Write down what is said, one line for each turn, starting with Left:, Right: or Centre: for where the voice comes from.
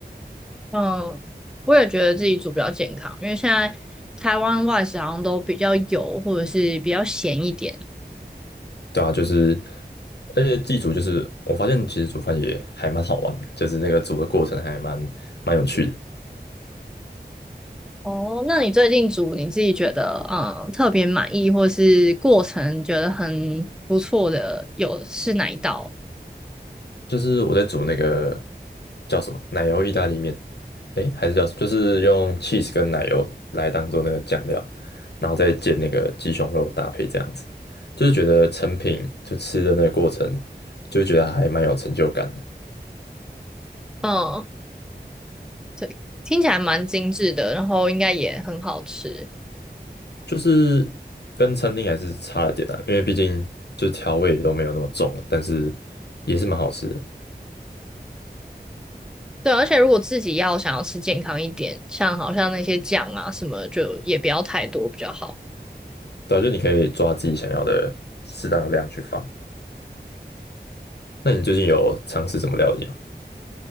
Centre: 嗯，我也觉得自己煮比较健康，因为现在台湾外食好像都比较油或者是比较咸一点。
Left: 对啊，就是而且自己煮就是我发现其实煮饭也还蛮好玩的，就是那个煮的过程还蛮蛮有趣的。
Centre: 哦，那你最近煮你自己觉得嗯特别满意，或是过程觉得很不错的，有是哪一道？
Left: 就是我在煮那个叫什么奶油意大利面，诶，还是叫什么？就是用 cheese 跟奶油来当做那个酱料，然后再煎那个鸡胸肉搭配这样子，就是觉得成品就吃的那个过程，就觉得还蛮有成就感的，
Centre: 嗯，对，听起来蛮精致的，然后应该也很好吃。
Left: 就是跟餐厅还是差了点啊，因为毕竟就调味都没有那么重，但是也是蛮好吃的，
Centre: 对，而且如果自己要想要吃健康一点，像好像那些酱啊什么，就也不要太多比较好。
Left: 对啊，就你可以抓自己想要的适当的量去放。那你最近有尝试什么料理吗？